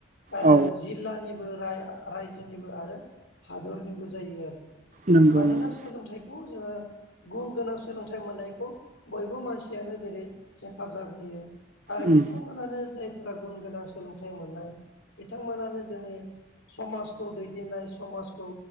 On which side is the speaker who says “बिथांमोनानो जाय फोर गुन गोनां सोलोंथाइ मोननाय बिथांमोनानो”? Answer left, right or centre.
Left